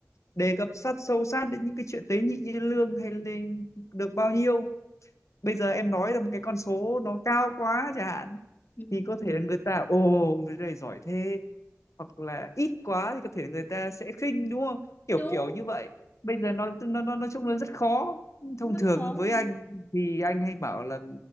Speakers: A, on the left; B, on the left.
A: đề cập sát sâu sát đến những cái chuyện tế nhị như lương hay lên được bao nhiêu bây giờ em nói ra một cái con số nó cao quá chẳng hạn
B: Ừ.
A: thì có thể là người ta ồ người này giỏi thế hoặc là ít quá thì có thể là người ta sẽ khinh đúng không kiểu
B: đúng
A: kiểu như vậy bây giờ nó nó nó nói chung là rất khó thông
B: rất
A: thường
B: khó
A: với anh thì anh hay bảo là